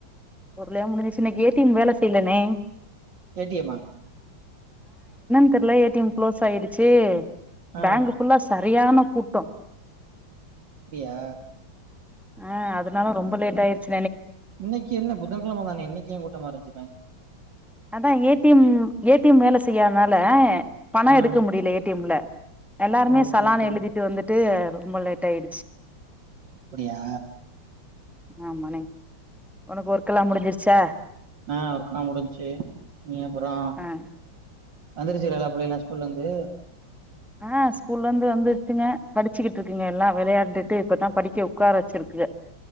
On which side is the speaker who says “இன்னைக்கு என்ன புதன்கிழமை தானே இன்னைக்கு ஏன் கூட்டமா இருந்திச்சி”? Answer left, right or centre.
Right